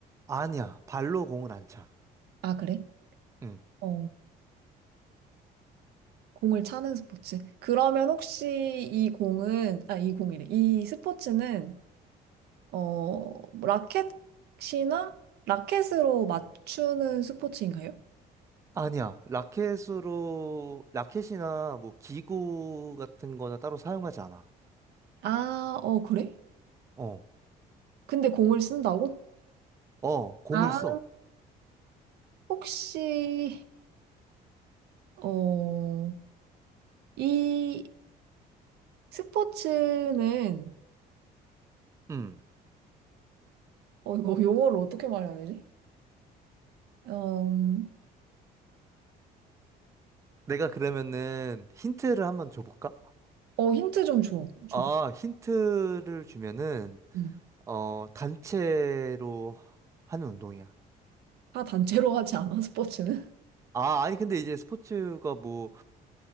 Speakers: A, on the right (about 20°); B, on the right (about 70°).
A: 아니야, 발로 공을 안 차.
B: 아, 그래?
A: 음,
B: 어, 공을 차는 스포츠. 그러면 혹시 이 공은, 아, 이 공이래. 이 스포츠는 어, 라켓이나 라켓으로 맞추는 스포츠인가요?
A: 아니야, 라켓으로, 라켓이나 뭐 기구 같은 거는 따로 사용하지 않아.
B: 아, 어, 그래?
A: 어.
B: 근데 공을 쓴다고?
A: 어, 공을
B: 아,
A: 써.
B: 혹시, 어, 이 스포츠는,
A: 음.
B: 어, 이거 용어를 어떻게 말해야 되지? 음,
A: 내가 그러면은 힌트를 한번 줘볼까?
B: 어, 힌트 좀 줘, 줘.
A: 아, 힌트를 주면은,
B: 음.
A: 어, 단체로 하는 운동이야.
B: 다 단체로 <laughs> 하지 않아, 스포츠는?
A: 아, 아니, 근데 이제 스포츠가 뭐,